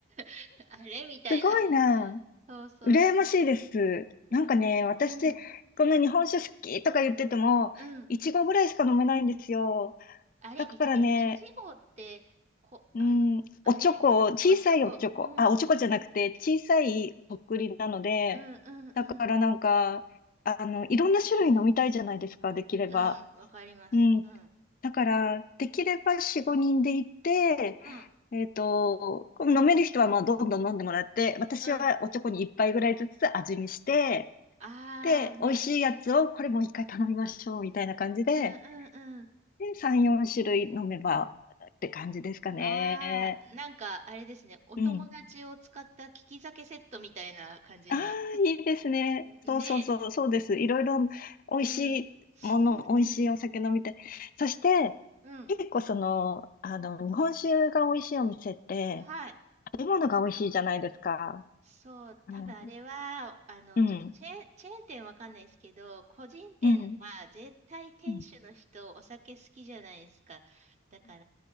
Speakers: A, on the right; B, on the left.
A: <laughs> あれみたいな。
B: すごいな。
A: そうそう、
B: 羨ましいです。
A: みたいな。ね、
B: なんかね、私、
A: うん、
B: こんな日本酒好きとか言ってても、
A: うん。
B: いちごぐらいしか飲めないんですよ。
A: あれ、
B: だからね、
A: いち、いちごって、こ、
B: うん、
A: あの、あれ、
B: おちょこ、小さいおちょこ、
A: おチョコ、うん、
B: あ、おちょこじゃなくて、
A: うん、うん、
B: 小さいとっくりなので、
A: うん、
B: だからなんか、
A: うん、
B: あの、いろんな種類飲みたいじゃないですか、できれば。
A: うん、わかります。
B: うん。
A: うん、
B: だから、できれば4、5人で行って、
A: うん、
B: えっと、この飲める人はまあどんどん飲んでもらって、私はおちょこに1杯ぐらいずつ味見して、
A: うん。あーね、
B: で、美味しいやつをこれもう一回頼みましょう、
A: うん、う
B: みたいな感じで、
A: ん、うん、うん。
B: で、3、4種類飲めばって感じですかね。
A: あー、なんか、あれですね、お友達を使った利き酒セットみたいな感じな。
B: うん。ああ、いいですね。
A: ね
B: そうそうそう、そうです。いろいろ美味しいもの、
A: え、うん、うん、
B: 美味しいお酒飲みたい。
A: うん、
B: そして、
A: うん。
B: 結構その、あの、日本酒が美味しいお店って、
A: はい。
B: 食べ物が美味しいじゃないですか。
A: そう、
B: あの
A: 多分あれは、あの、
B: うん、
A: ちょっとチェーン、チェーン店わかんないですけど、個人店は絶対店主の人お酒好きじゃないですか。
B: うん、うん、うん、
A: だから、